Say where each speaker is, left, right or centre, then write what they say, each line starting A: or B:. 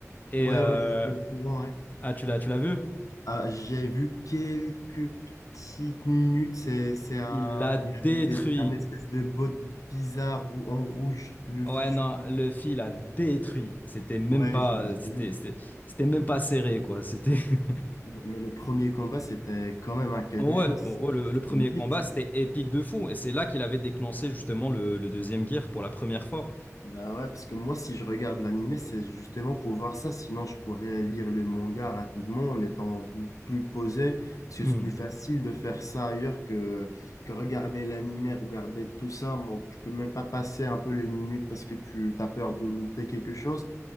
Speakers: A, on the left; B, on the left.
A: et
B: Ouais,
A: euh,
B: ouais, je suis au courant, ouais.
A: ah, tu l'as, tu l'as vu?
B: Ah, j'ai vu quelques petites minutes C'est, c'est un,
A: Il l'a détruit.
B: il avait des, un espèce de botte bizarre rou- en rouge, Luffy,
A: Ouais,
B: je
A: non,
B: pense.
A: le fil a détruit. C'était même
B: Ouais,
A: pas,
B: je l'ai je l'ai
A: c'était,
B: vu.
A: c'était- c'était même pas serré quoi. C'était <laughs>
B: Mais le premier combat, c'était quand même à quelque
A: Ouais,
B: chose.
A: oh, oh, le, le premier
B: C'est épique.
A: combat, c'était épique de fou. Et c'est là qu'il avait déclenché justement le, le deuxième gear pour la première fois.
B: Bah ouais, parce que moi, si je regarde l'animé, c'est justement pour voir ça. Sinon, je pourrais lire le manga rapidement en étant plus posé, parce que
A: Hmm.
B: c'est plus facile de faire ça ailleurs que, que regarder l'animé, regarder tout ça. Bon, tu peux même pas passer un peu les minutes parce que tu as peur de louper quelque chose.